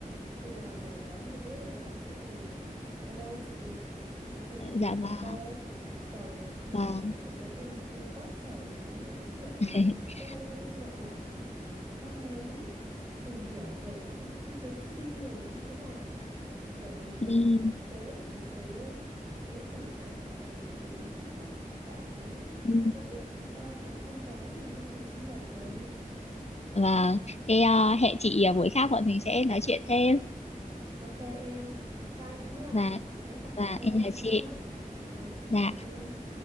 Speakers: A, on the right; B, on the left.
A: khi nào mà có dịp ấy rảnh đấy thì alo chị chị em mình
B: Ờ,
A: cùng
B: Dạ
A: đi cà
B: và
A: phê trời
B: và
A: ừ, nói chuyện với em vui quá trời có nhiều cái điểm mà
B: <laughs>
A: chị cũng đang ờ, gọi là ờ, mong muốn tìm hiểu về cái ngành thiết kế chibi là nó như thế nào ờ, để mà mình
B: ừ,
A: cũng thiết kế được những cái ờ, cái cái hình ảnh hoặc là những cái bảng
B: ừ.
A: đẹp đẹp dành cho tặng con gái nhân dịp sinh nhật này
B: và thế ờ, hẹn chị ờ, buổi khác bọn mình sẽ nói chuyện thêm
A: Ok em, bye bye em nha.
B: và
A: Nhớ rảnh
B: và
A: thì alo
B: em
A: chị
B: là chị.
A: nha. À, chị chào
B: Dạ.
A: em.